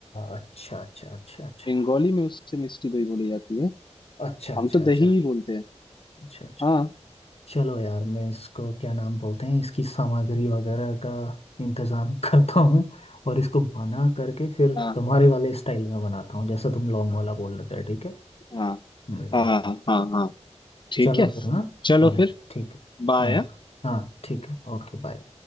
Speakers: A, on the left (about 60°); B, on the left (about 40°).
A: अच्छा अच्छा अच्छा अच्छा
B: बंगाली में उससे मिष्टी दोई बोली जाती है
A: अच्छा अच्छा
B: हम तो
A: अच्छा
B: दही ही बोलते हैं
A: अच्छा अच्छा
B: हाँ
A: चलो यार मैं इसको क्या नाम बोलते हैं इसकी सामग्री वगैरह का इंतजाम <laughs> करता हूँ और इसको बना करके फिर
B: हाँ
A: तुम्हारे वाले स्टाइल में बनाता हूँ जैसा तुम लॉन्ग वाला बोल रहे थे ठीक है
B: हाँ
A: हम्म
B: हाँ हाँ हाँ हाँ, ठीक
A: चलो
B: है
A: फिर हाँ
B: चलो
A: हाँ
B: फिर
A: ठीक है
B: बाय
A: हाँ हाँ ठीक है ओके बाय